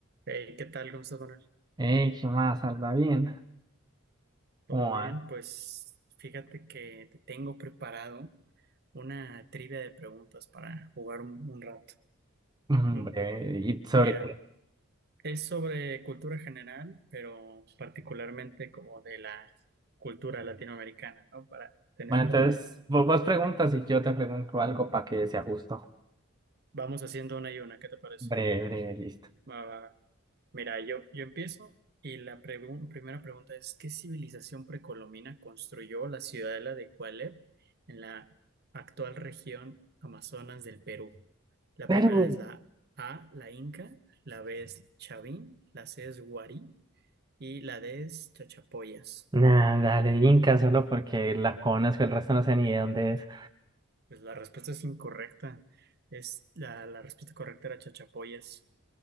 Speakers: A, on the right; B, on the right.
A: Hey, ¿qué tal? ¿Cómo estás, Manuel?
B: Ey, ¿qué más? ¿Anda bien?
A: ¿Todo
B: ¿Cómo va?
A: bien? Pues fíjate que te tengo preparado una trivia de preguntas para jugar un, un rato.
B: Hombre,
A: Mm,
B: ¿y sobre
A: Mira,
B: qué?
A: es sobre cultura general, pero particularmente como de la cultura latinoamericana, ¿no? Para tener
B: Bueno,
A: como,
B: entonces vos, vos preguntas y yo te pregunto algo para que sea justo.
A: vamos haciendo una y una, ¿qué te parece?
B: Breve, breve, listo.
A: Va, va, va. Mira, yo, yo empiezo y la pregu- primera pregunta es, ¿qué civilización precolombina construyó la ciudadela de Cualep en la actual región Amazonas del Perú? La
B: Pero,
A: primera es la A, la Inca, la B es Chavín, la C es Guarí y la D es Chachapoyas.
B: nada, dale, Inca, solo porque la conozco, el resto no sé ni de dónde es.
A: Pues la respuesta es incorrecta. Es la, la respuesta correcta era Chachapoyas.